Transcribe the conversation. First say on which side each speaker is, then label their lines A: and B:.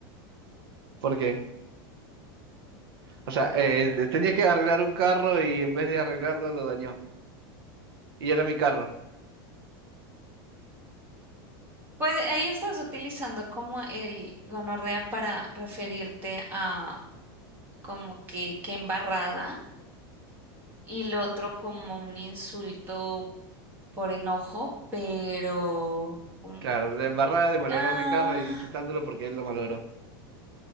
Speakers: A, on the right (about 80°); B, on the right (about 15°).
A: ¿Por qué? O sea, eh, tenía que arreglar un carro y en vez de arreglarlo lo dañó. Y era mi carro.
B: Pues ahí estás utilizando como el gonorrea para referirte a como que, que embarrada y lo otro como un insulto por enojo, pero... mm,
A: Claro, la embarrada de malograr
B: Ah,
A: mi carro y insultándolo porque él lo malogró.